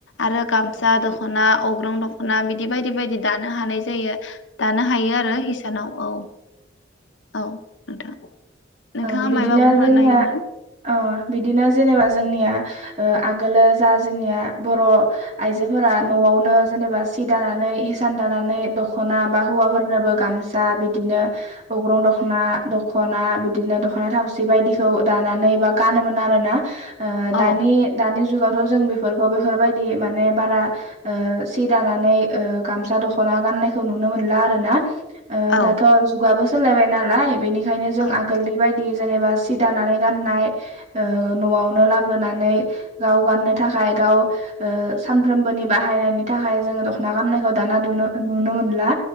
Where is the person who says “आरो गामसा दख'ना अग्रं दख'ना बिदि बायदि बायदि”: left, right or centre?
Left